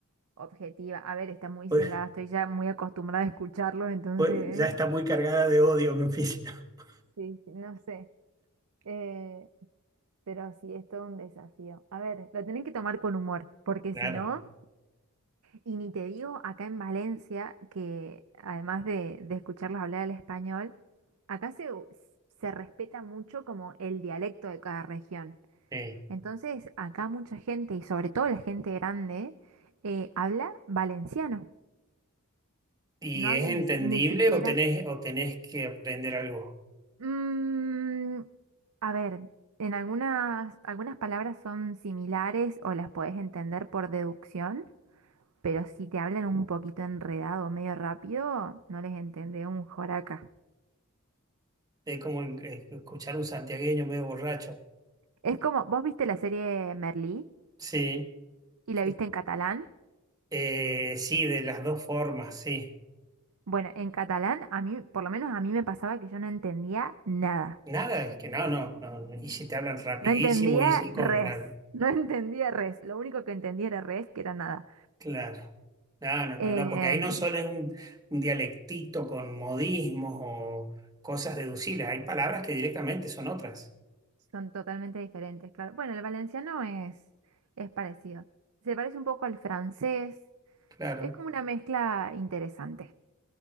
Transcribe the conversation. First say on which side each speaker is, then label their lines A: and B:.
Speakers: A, on the right; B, on the right.
A: objetiva. A ver, está muy
B: Pues,
A: sesgada. Estoy ya muy acostumbrada a escucharlos, entonces,
B: pues, ya está muy cargada de odio me oficio. <laughs>
A: sí, sí, no sé. Eh, pero sí, es todo un desafío. A ver, lo tienen que tomar con humor, porque
B: Claro.
A: si no. Y ni te digo acá en Valencia, que además de, de escucharlos hablar el español, acá se, u- se respeta mucho como el dialecto de cada región.
B: sí.
A: Entonces, acá mucha gente, y sobre todo la gente grande, eh, habla valenciano.
B: ¿Y
A: No habla
B: es entendible
A: ni, si- ni siquiera...
B: o tenés, o tenés que aprender algo?
A: Mm, a ver, en algunas, algunas palabras son similares o las podés entender por deducción, Pero si te hablan un poquito enredado, medio rápido, no les entendés un joraca.
B: Es como en- eh, escuchar un santiagueño medio borracho.
A: Es como, vos viste la serie Merlí
B: Sí.
A: y
B: que-
A: la viste en catalán.
B: eh, sí, de las dos formas, sí.
A: Bueno, en catalán, a mí, por lo menos a mí me pasaba que yo no entendía nada.
B: Nada, es que no, no, no, no. Y si te hablan rapidísimo
A: No entendía
B: y, y con
A: res.
B: la...
A: <laughs> No entendía res. Lo único que entendía era res, que era nada.
B: Claro. No, no, no,
A: Em,
B: no, porque ahí no solo es un, un dialectito con modismos o cosas deducibles, hay palabras que directamente son otras.
A: son totalmente diferentes, claro. Bueno, el valenciano es, es parecido. Se parece un poco al francés.
B: Claro.
A: Es como una mezcla interesante.